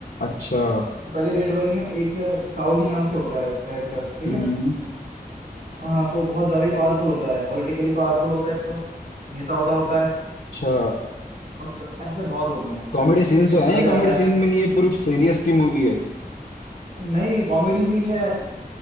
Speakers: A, on the left; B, on the right.
A: अच्छा
B: तो पहले रेड वन में एक ताऊ जी नाम से होता है कैरेक्टर ठीक
A: हम्म
B: है हाँ तो बहुत ज्यादा ही पावरफुल होता है पॉलिटिकली पावरफुल होता है एक तो नेता होता होता है
A: अच्छा
B: और प- पैसे बहुत होते हैं
A: कॉमेडी सीन
B: उसके
A: तो
B: घर
A: है
B: जाता
A: कॉमेडी
B: है
A: सीन में नहीं ये पूरी सीरियस की मूवी है
B: नहीं कॉमेडी भी है